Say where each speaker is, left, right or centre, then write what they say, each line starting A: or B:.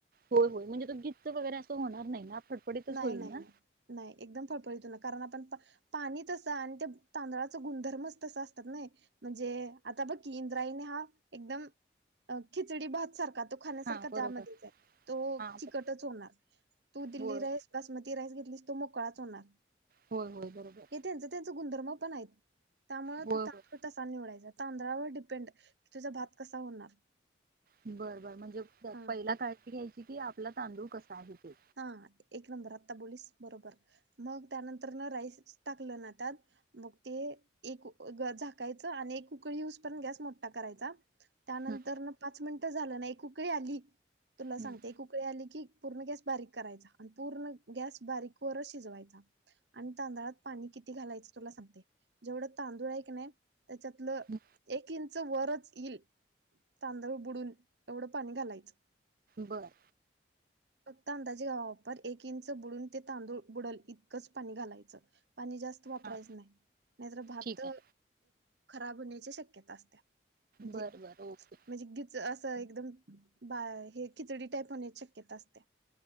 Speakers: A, on the right; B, on the right.
A: होय होय म्हणजे तो गीच्च वगेरे असं होणार नाही ना फडफडीतच
B: नाही
A: होईल
B: नाही
A: ना
B: नाही नाही एकदम फळफळीत होणार कारण आपण पाणी तसं आणि ते तांदळाच गुणधर्मच तसं असत्यात नाई म्हणजे आता बघ की इंद्रायनी हा एकदम खिचडी भात सारखा तो खान्या सारखा
A: हा बरोबर
B: त्यामध्ये चं असं तो
A: हा
B: चिकटच
A: ब-
B: होणार तू दिलीस
A: होय
B: बासमती राईस घेतलीस तो मोकळाच होणार.
A: होय होय बरोबर
B: हे त्यांच त्यांच गुंणधर्म पण आहीत त्यामुळं
A: होय
B: तो तांदूळ
A: होय
B: तसा निवडायचा तांदळावर डिपेंड की तुझा भात कसा होणार
A: बरं बरं म्हणजे
B: हा
A: पहिला काय ती घ्यायची? किती आपला तांदूळ कसा आहे? ते
B: हा एक नंबर आता बोललीस बरोबर मग त्यानंतर न राईस टाकलं न त्यातं मग ते एक ग झाकायचं आणि एक ऊकळी येईस्तोवर गॅस मोठा करायचा. त्यानंतर
A: हं,
B: न पाच मिनिटं झालं नाई ऊकळी आली तुला सांगते
A: हं,
B: एक ऊकळी आले की पूर्ण गॅस बारीक करायचा आणि पूर्ण गॅस बारीक वरच शिजवायचा. आणि तांदळात पाणी किती घालायचं तुला सांगते? जेवढं तांदूळ आहे कणी त्याच्यातलं
A: हं.
B: एक इंच वरच येईल तांदूळ बुडून एवढं पाणी घालायचं.
A: बरं
B: फक्त अंदाजे <unintelligible> वापर एक इंच बुडून ते तांदूळ बुडलं इतकच पाणी घालायचं पाणी जास्त वापरायचं
A: हा
B: नाही नाहीतर भात
A: ठीक आहे
B: खराब होण्याची जे ची शक्यता असतीया म्हणजे
A: बर बर ओके
B: म्हणजे गिच असं एकदम बा हे खिचडी टाईप होण्याची शक्यता असतीया